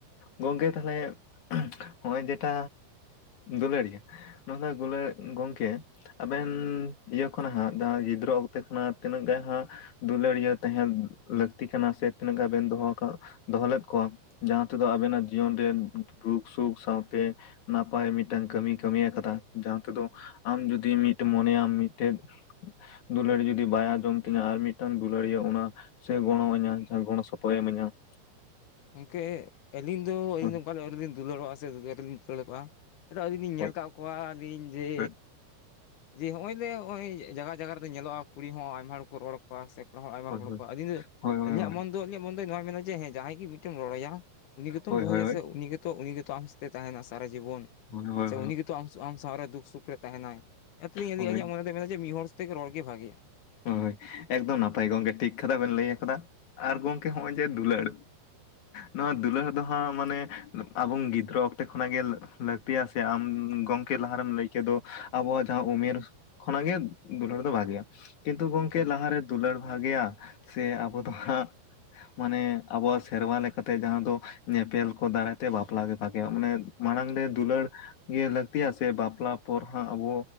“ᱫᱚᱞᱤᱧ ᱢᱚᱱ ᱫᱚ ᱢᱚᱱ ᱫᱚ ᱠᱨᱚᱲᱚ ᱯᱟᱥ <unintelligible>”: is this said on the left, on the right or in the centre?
Left